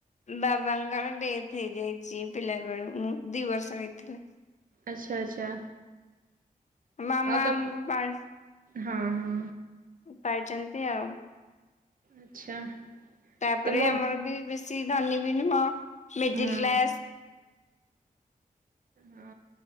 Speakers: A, on the left (about 50°); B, on the right (about 65°).
A: ବାବାଙ୍କର ଡେଥ ହେଇଯାଇଛି ପିଲା ବେଳୁ ମୁଁ ଦି ବର୍ଷ ହେଇଥିଲା।
B: ଆଚ୍ଛା ଆଚ୍ଛା।
A: ମାମା
B: ଆଉ ତମ
A: ଆମକୁ ପାଳି
B: ହଁ ହଁ।
A: ପାଳିଛନ୍ତି ଆଉ।
B: ଆଚ୍ଛା।
A: ତାପରେ
B: ତମ
A: ଆମର ବି ବେଶୀ ଧନୀ ବି ନୁହଁ, ମିଡିଲ
B: ହଁ ହଁ।
A: କ୍ଲାସ।
B: ହଁ,